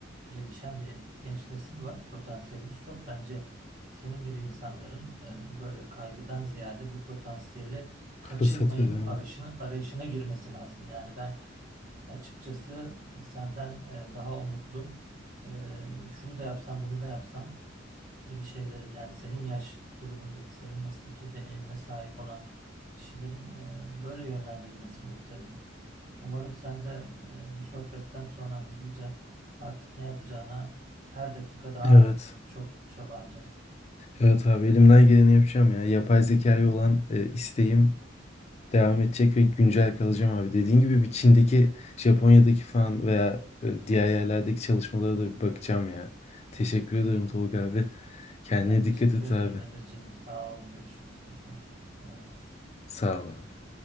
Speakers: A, on the right; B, on the left.
A: gelişen bir genç nesil var. Potansiyelimiz çok. Bence senin gibi insanların e, böyle kaygıdan ziyade bu potansiyeli kaçırmayayım
B: fırsat değil
A: arayışına, arayışına girmesi lazım. Yani ben açıkçası senden e, daha umutlu e, şunu da yapsam bunu da yapsam gibi şeylerin yani senin yaş grubundaki senin mesleki deneyimine sahip olan kişilerin e, böyle yönlendirilmesini beklerim. Umarım sen de e, bu sohbetten sonra hızlıca artık ne yapacağına her dakika daha
B: Evet.
A: çok çaba harcarsın.
B: Evet abi elimden geleni yapacağım ya. Yapay zekaya olan e, isteğim devam edecek ve güncel kalacağım abi. Dediğin gibi bir Çin'deki, Japonya'daki falan veya e, diğer yerlerdeki çalışmalara da bir bakacağım ya. Teşekkür ederim Tolga abi. Kendine
A: Ben
B: dikkat
A: teşekkür
B: et
A: ederim
B: abi.
A: Emirciğim. Sağ ol. Görüşürüz tekrar. Kolay gelsin.
B: Sağ ol abi.